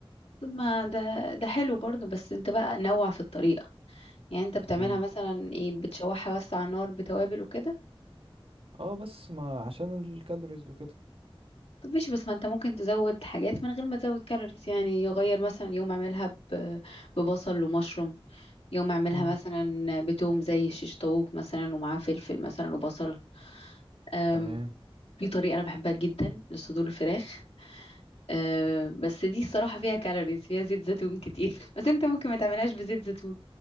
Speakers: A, on the left; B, on the right.
A: طب ما ده ده حلو برضه بس انت بقى نوع في الطريقة يعني انت بتعملها
B: مم.
A: مثلا ايه بتشوحها بس على النار بتوابل وكده
B: اه بس ما عشان الكالوريز وكده
A: طب ماشي بس ما انت ممكن تزود حاجات من غير ما تزود كالوريز يعني يغير مثلا يوم اعملها ب- ببصل ومشروم يوم اعملها
B: مم.
A: مثلا بتوم زي الشيش طاووق مثلا ومعاه فلفل مثلا وبصل أم،
B: تمام
A: في طريقة أنا بحبها جدا لصدور الفراخ أه، بس دي الصراحة فيها كالوريز فيها زيت زيتون كتير <laughs> بس انت ممكن ما تعملهاش بزيت زيتون